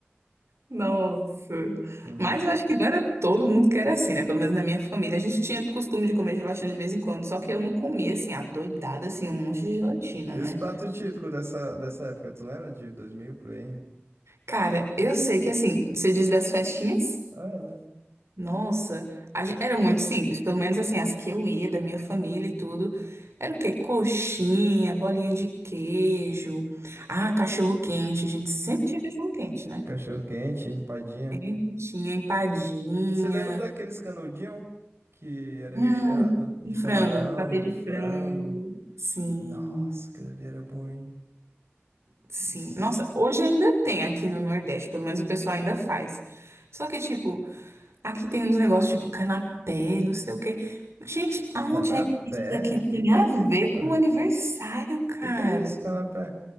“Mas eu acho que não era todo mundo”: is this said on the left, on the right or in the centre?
Right